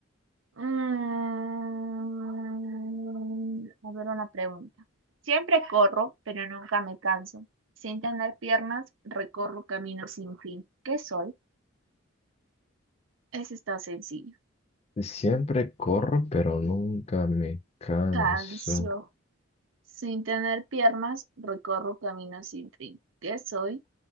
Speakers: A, on the right; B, on the left.
A: Mm, a ver una pregunta. Siempre corro, pero nunca me canso. Sin tener piernas, recorro caminos sin fin. ¿Qué soy? Eso está sencillo.
B: Siempre corro pero nunca me canso.
A: Cancio. Sin tener piernas, recorro caminos sin fin. ¿Qué soy?